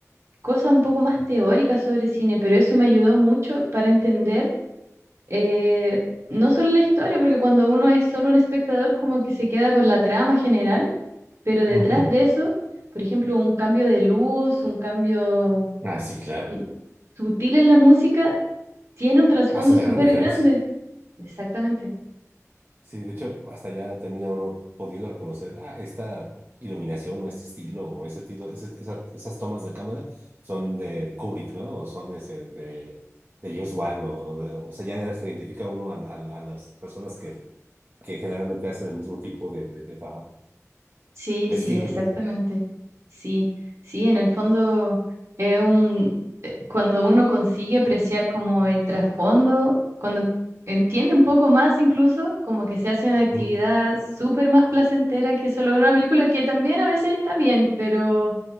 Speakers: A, on the right; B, on the right.
A: cosas un poco más teóricas sobre cine, pero eso me ayudó mucho para entender eh, no solo la historia, porque cuando uno es solo un espectador, como que se queda con la trama general, pero detrás
B: Ujú.
A: de eso, por ejemplo, un cambio de luz, un cambio
B: Ah, sí, claro.
A: mm, sutil en la música, tiene un trasfondo
B: Hace la
A: súper
B: gran diferencia.
A: grande. Exactamente.
B: Sí, de hecho, hasta ya termina uno pudiendo reconocer, ah, esta iluminación o este estilo o ese tiro, ese- esa- esas tomas de cámara son de Kubrick, ¿no? O son ese de, de James Wan, o, o de- o sea, ya se identifica uno a, a- a las personas que, que generalmente hacen el mismo tipo de, de- de trabajo,
A: Sí,
B: el
A: sí,
B: estilo,
A: exactamente.
B: digamos.
A: Sí, sí, en el fondo es un, eh, cuando uno consigue apreciar como el trasfondo, cuando entiende un poco más incluso, como que se hace una actividad
B: ¿no?
A: súper más placentera que solo ver una película, que también a veces está bien, pero